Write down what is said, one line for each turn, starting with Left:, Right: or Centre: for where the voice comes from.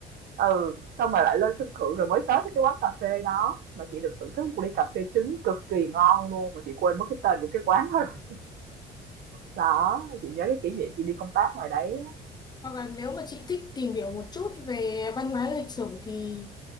Right: ừ xong rồi lại lên sân thượng rồi mới tới cái quán cà phê đó mà chị được thưởng thức một ly cà phê trứng cực kỳ ngon luôn mà chị quên mất cái tên của cái quán đó rồi đó chị nhớ cái kỷ niệm chị đi công tác ngoài đấy á.
Left: Hoặc là nếu mà chị thích tìm hiểu một chút về văn hóa lịch sử thì